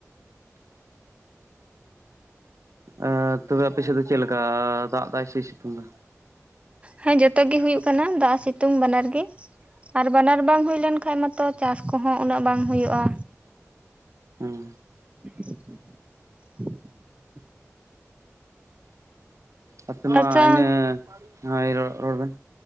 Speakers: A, on the right; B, on the right.
A: ᱟᱨ ᱛᱚᱵᱮ ᱟᱯᱮ ᱥᱮᱫ ᱫᱚ ᱪᱮᱫ ᱞᱮᱠᱟ ᱫᱟᱜ ᱫᱟᱭ ᱥᱮ ᱥᱤᱛᱩᱝ ᱫᱟ?
B: ᱦᱮᱸ ᱡᱚᱛᱚ ᱜᱮ ᱦᱩᱭᱩᱜ ᱠᱟᱱᱟ ᱫᱟᱜ ᱥᱤᱛᱩᱝ ᱵᱟᱱᱟᱨ ᱜᱮ ᱟᱨ ᱵᱟᱱᱟᱨ ᱵᱟᱝ ᱦᱩᱭ ᱞᱮᱱ ᱠᱷᱟᱱ ᱢᱟᱛᱚ ᱪᱟᱥ ᱠᱚᱦᱚᱸ ᱩᱱᱟᱹᱜ ᱵᱟᱝ ᱦᱳᱭᱳᱜᱼᱟ
A: ᱦᱩᱸ
B: <inaudible>
A: ᱟᱯᱮ ᱢᱟ
B: ᱟᱪᱪᱷᱟ
A: ᱤᱱᱟᱹ ᱦᱳᱭ ᱨᱚ ᱨᱚᱲ ᱵᱮᱱ